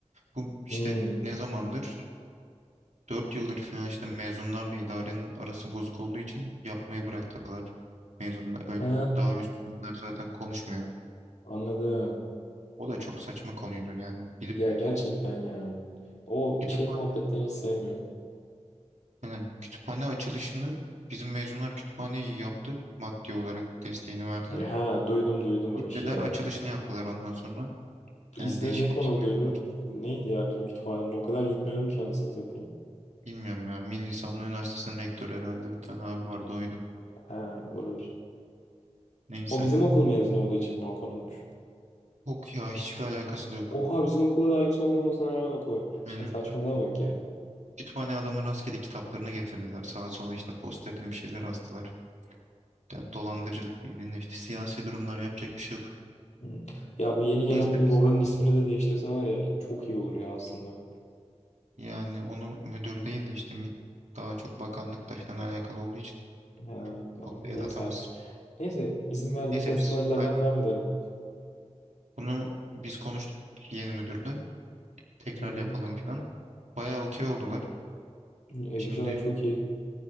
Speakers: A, on the right; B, on the left.
A: Bu işte
B: Hmm.
A: ne zamandır? dört yıldır falan işte mezunlarla idarenin arası bozuk olduğu için yapmayı bıraktılar. Mezunlar ö-
B: Ha
A: daha üstler zaten konuşmuyor.
B: anladım.
A: O da çok saçma konuydu. Yani gidip
B: Ya gerçekten ya. O
A: kütüphane,
B: şey muhabbetlerini hiç sevmiyorum.
A: yani kütüphane açılışını bizim mezunlar kütüphaneyi yaptı. Maddi olarak desteğini verdi.
B: Ha duydum duydum
A: Gittiler
B: o işi ya.
A: açılışını yaptılar ondan sonra. Yani
B: İsmi
A: değişik
B: ne konulduydu?
A: değişik mevzular.
B: Neydi ya bizim kütüphanenin o kadar gitmiyorum ki anasını satayım.
A: Bilmiyorum ya. Milli Savunma Üniversitesi'nin rektörü herhalde bir tane abi vardı oydu.
B: Ha olabilir.
A: Neyse.
B: O bizim okul mezunu olduğu için mi o konulmuş?
A: Yok ya hiçbir alakası da yok.
B: Oha bizim okula da ayak olmamasına rağmen o koymuş.
A: Aynen.
B: Sa- saçmalığa bak ya.
A: Kütüphane adamın rastgele kitaplarını getirdiler. Sağa sola işte posterini bir şeyler astılar. Yani dolandırıcılık bildiğinde işte siyasi durumlar yapacak bir şey yok.
B: Hı. Ya bu yeni gelen
A: Neyse
B: müdür
A: biz
B: oranın ismini de değiştirse var ya çok iyi olur ya aslında.
A: Yani onu müdür değil de işte mi- daha çok bakanlıkla falan alakalı olduğu için
B: Ha,
A: çok
B: neyse
A: da el atamaz.
B: artık. Neyse izin verdiği
A: Neyse
B: festivallerden
A: biz aynen
B: devam edelim.
A: bunu biz konuştuk yeni müdürle. Tekrar
B: Hı hı.
A: yapalım falan. Bayağı okey oldular.
B: E,
A: Şimdi
B: güzel çok iyi.